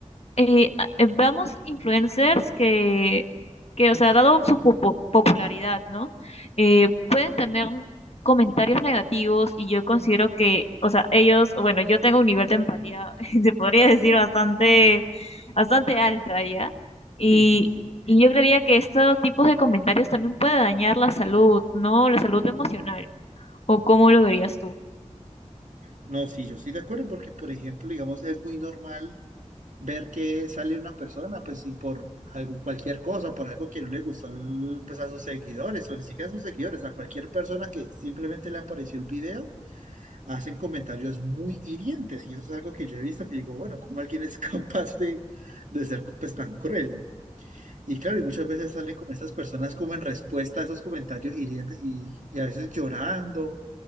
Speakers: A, on the left; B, on the right.
A: eh, a- eh, vamos influencers que, que, o sea, dado su popu- popularidad, ¿no? Eh, pueden tener comentarios negativos y yo considero que, o sea, ellos, bueno, yo tengo un nivel de empatía, <laughs> se podría decir, bastante, bastante alta, ¿ya? Y,
B: ujú.
A: y yo creería que estos tipos de comentarios también puede dañar la salud, ¿no? La salud emocional. ¿O cómo lo verías tú?
B: No, sí, yo estoy de acuerdo porque, por ejemplo, digamos, es muy normal ver que sale una persona, pues, y por algo, cualquier cosa, por algo que no le gustó, al- pues, a sus seguidores, o ni siquiera a sus seguidores, a cualquier persona que simplemente le apareció el video, hacen comentarios muy hirientes, y eso es algo que yo he visto, que digo, bueno, ¿cómo alguien es <laughs> capaz de, de ser, pues, tan cruel? Y claro, y muchas veces salen como estas personas como en respuesta a esos comentarios hirientes y, y a veces llorando